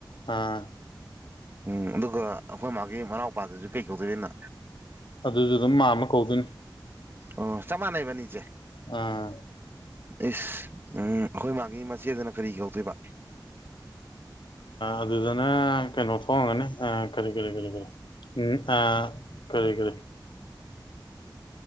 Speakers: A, on the left; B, on the right.
A: ꯑꯥ
B: ꯎꯝ ꯑꯗꯨꯒ ꯑꯩꯈꯣꯏ ꯃꯥꯒꯤ ꯃꯅꯥꯎꯄꯥꯗꯨꯁꯨ ꯀꯩ ꯀꯧꯗꯣꯏꯔꯤꯅꯣ
A: ꯑꯗꯨꯁꯨ ꯑꯗꯨꯝ ꯃꯥ ꯑꯃ ꯀꯧꯗꯣꯏꯅꯤ
B: ꯑꯣ ꯆꯃꯥꯟꯅꯩꯕꯅꯤꯆꯦ
A: ꯑꯥ
B: ꯏꯁꯁ ꯎꯝ ꯑꯩꯈꫭꯏ ꯃꯥꯒꯤ ꯃꯆꯦꯗꯅ ꯀꯔꯤ ꯀꯧꯗꯣꯏꯕ
A: ꯑꯗꯨꯗꯅ ꯀꯩꯅꯣ ꯊꯣꯡꯒꯅꯤ ꯀꯔꯤ ꯀꯔꯤ ꯀꯔꯤ ꯀꯔꯤ ꯎꯝ ꯑ ꯀꯔꯤ ꯀꯔꯤ